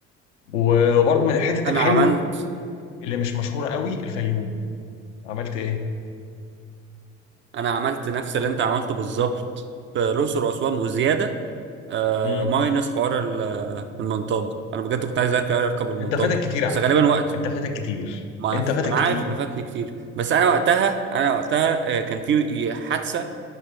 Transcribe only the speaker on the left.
وبرضه من الحتت
الحلوه
اللي مش مشهوره قوي الفيوم عملت
ايه؟
انت فاتك
كتير على
فكرة
انت فاتك كتير
انت
فاتك
كتير